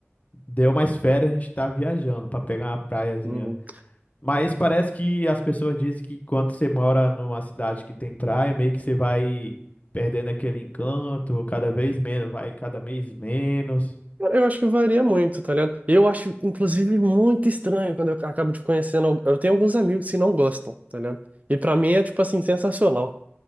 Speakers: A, on the left; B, on the right.
A: Deu mais férias, a gente tá viajando pra pegar uma praiazinha.
B: Uhum.
A: Mas parece que as pessoas dizem que quando você mora numa cidade que tem praia, meio que você vai perdendo aquele encanto, cada vez menos, vai cada mês menos.
B: Cara, Eu acho que varia muito, tá ligado? Eu acho, inclusive, muito estranho quando eu acabo de conhecendo. al- Eu tenho alguns amigos que não gostam, tá ligado? E pra mim é, tipo assim, sensacional.